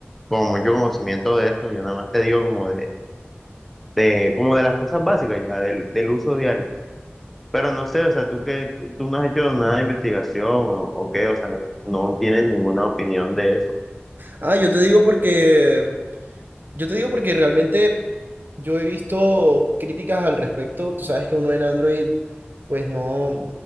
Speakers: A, in the centre; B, on the right (about 50°).
A: como mucho conocimiento de eso, yo nada más te digo como de, de, como de las cosas básicas ya, del, del uso diario. Pero no sé, o sea, tú que tú, tú no has hecho nada de investigación o, o qué, o sea, no tienes ninguna opinión de eso.
B: Ah, yo te digo porque, yo te digo porque realmente Yo he visto críticas al respecto. Tú sabes que uno en Android, pues no,